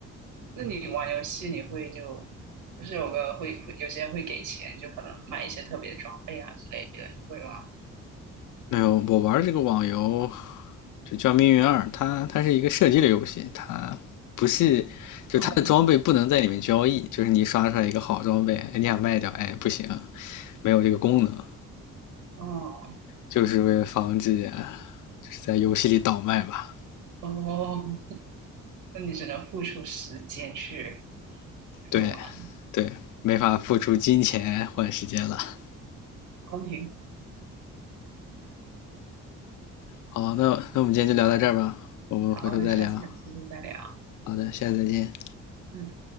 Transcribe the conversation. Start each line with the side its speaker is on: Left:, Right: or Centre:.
Right: 那你玩游戏你会就不是有个会会有些人会给钱，就可能买一些特别装备啊之类的，你会吗？
Left: 没有，我玩这个网游就叫《命运二》，它它是一个射击类游戏，它不是就它的装备不能在里面交易，
Right: 哦，
Left: 就是你刷出来一个好装备，哎你想卖掉，哎不行，没有这个功能。
Right: 哦，
Left: 就是为了防止就是在游戏里倒卖吧。
Right: 哦。那你只能付出时间去
Left: 对，
Right: 去玩，
Left: 对，没法付出金钱换时间了。
Right: 公平。
Left: 好，那那我们今天就聊到这儿吧，我们回头再聊。
Right: 好，那下次有机会再聊。
Left: 好的，下次再见。
Right: 嗯。